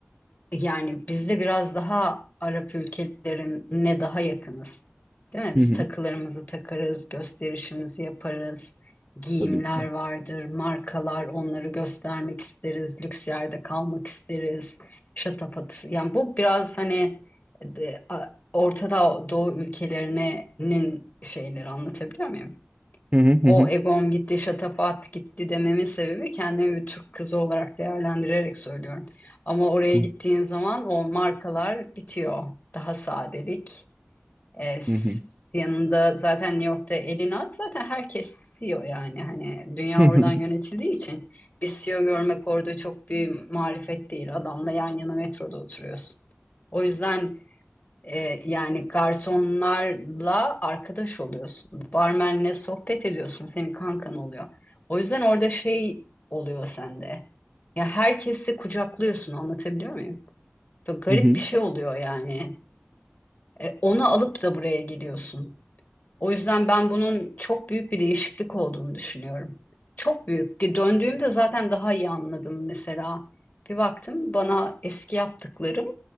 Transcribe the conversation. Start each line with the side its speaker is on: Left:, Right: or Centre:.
Left: Yani biz de biraz daha Arap ülkelerine daha yakınız. Değil mi?
Right: Hı
Left: Biz
Right: hı.
Left: takılarımızı takarız, gösterişimizi yaparız. Giyimler
Right: Tabii ki.
Left: vardır, markalar, onları göstermek isteriz, lüks yerde kalmak isteriz. Şatafatı. Yani bu biraz hani e, a- Orta Doğu ülkelerinin şeyleri anlatabiliyor muyum?
Right: Hı hı
Left: o
Right: hı hı.
Left: egom gitti, şatafat gitti dememin sebebi kendimi bir Türk kızı olarak değerlendirerek söylüyorum. Ama oraya
Right: Hı
Left: gittiğin zaman o markalar bitiyor. Daha sadelik. E, s-
Right: hı.
Left: yanında zaten New York'ta elini at zaten herkes CEO yani. Hani dünya
Right: Hı hı.
Left: oradan yönetildiği için bir CEO görmek orada çok bir marifet değil. Adamla yan yana metroda oturuyorsun. O yüzden e, yani garsonlarla arkadaş oluyorsun. Barmenle sohbet ediyorsun. Senin kankan oluyor. O yüzden orada şey oluyor sende. Ya herkesi kucaklıyorsun. Anlatabiliyor muyum? Böyle garip
Right: Hı hı.
Left: bir şey oluyor yani. E, onu alıp da buraya geliyorsun. O yüzden ben bunun çok büyük bir değişiklik olduğunu düşünüyorum. Çok büyük. Ki Döndüğümde zaten daha iyi anladım mesela. Bir baktım bana eski yaptıklarım